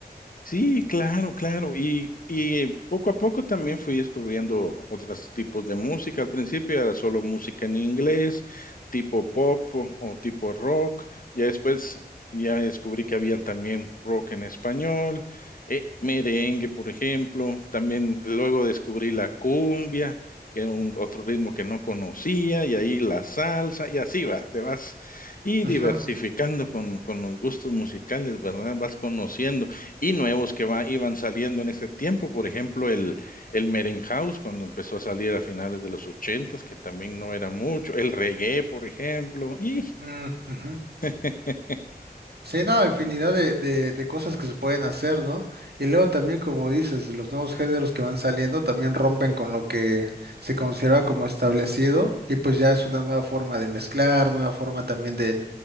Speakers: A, on the left; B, on the right.
A: Sí, claro, claro. Y, y poco a poco también fui descubriendo otros tipos de música. Al principio era solo música en inglés, tipo pop o, o tipo rock. Ya después ya descubrí que habían también rock en español, eh, merengue, por ejemplo. También luego descubrí la cumbia, que era un, otro ritmo que no conocía, y ahí la salsa, y así va, te vas y
B: Ujú,
A: diversificando con, con los gustos musicales, ¿verdad? Vas conociendo y nuevos que va, iban saliendo en ese tiempo. Por ejemplo, el, el Merenhouse, cuando empezó a salir a finales de los ochentas, que también no era mucho. El reggae, por ejemplo. Y,
B: mm, ujú.
A: <laughs>
B: Sí, no, infinidad de, de- de cosas que se pueden hacer, ¿no? Y luego también, como dices, los nuevos géneros que van saliendo también rompen con lo que se considera como establecido y pues ya es una nueva forma de mezclar, nueva forma también de,